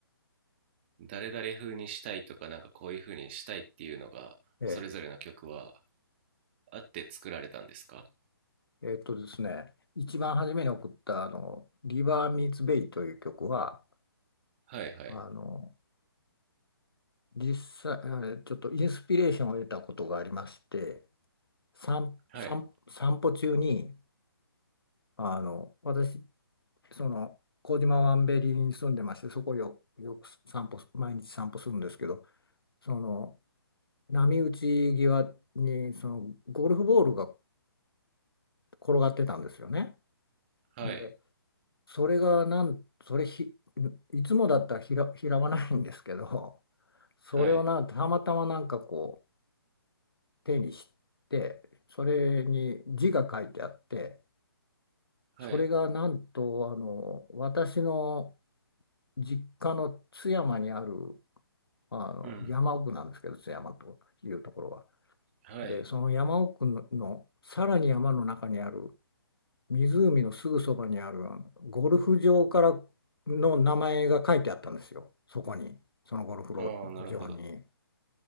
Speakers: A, on the right; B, on the left.
A: 誰々風にしたいとかなんかこういう風にしたいっていうのがそれぞれの曲は
B: え
A: あって作られたんですか
B: え、えーっとですね、一番初めに送ったあの「リバー・ミーツ・ベイ」という曲は
A: はいはい
B: あの実際えーちょっとインスピレーションを得たことがありまして散、
A: はい
B: 散、散歩中にあの私その麹島ワンベリーに住んでましてそこをよ、よく散歩毎日散歩するんですけどその波打ち際にそのゴルフボールが転がってたんですよね。
A: はい
B: で、それがなん、それひ、いつもだったらひ拾わないんですけど、それをな、
A: はい
B: たまたまなんかこう手にして、それに字が書いてあって、
A: はい
B: それがなんとあの私の実家の津山にあるあの山奥なんですけど、
A: うん
B: 津山というところは。
A: はい
B: で、その山奥のさらに山の中にある湖のすぐそばにあるあのゴルフ場からの名前が書いてあったんですよ、そこに、そのゴルフ
A: ああなるほど
B: 場に。